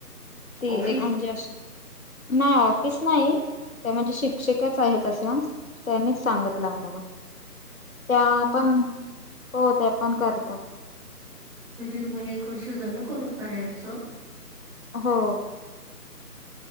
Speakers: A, on the left (about 60°); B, in the centre.
A: ते
B: ऑफिस
A: एक आमजी अशी. नाय ऑफिस नाही त्या म्हणजे शिक्षकच आहेत. तसं त्यांनीच सांगितलं आम्हाला, त्या पण हो त्या पण करतात.
B: म्हणजे तुम्हाला एक वर्ष झालं करून कार्य ऍपचं.
A: हो.